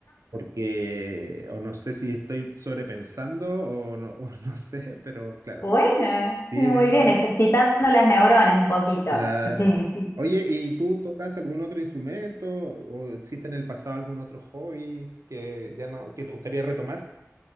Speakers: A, on the right; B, on the left.
A: porque o no sé si estoy sobrepensando o no, <laughs> o no sé, pero claro,
B: Bueno,
A: sí,
B: muy
A: es bien interesante.
B: bien, ejercitando las neuronas un poquito.
A: Claro.
B: <laughs>
A: Oye, ¿y tú tocas algún otro instrumento o existe en el pasado algún otro hobby que ya no, que te gustaría retomar?